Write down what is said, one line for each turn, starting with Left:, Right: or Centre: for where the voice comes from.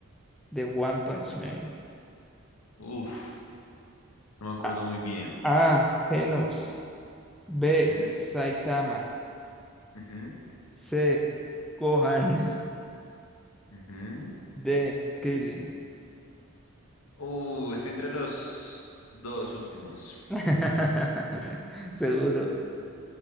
Centre: de One Punch Man?
Left: Uf, no me acuerdo
Centre: A.
Left: muy bien.
Centre: A, Genos. B.
Left: Ujú,
Centre: Saitama.
Left: ujú,
Centre: C. Gohan.
Left: ujú.
Centre: <laughs> D. Krillin.
Left: Uh, estoy entre los dos últimos.
Centre: <laughs> Seguro.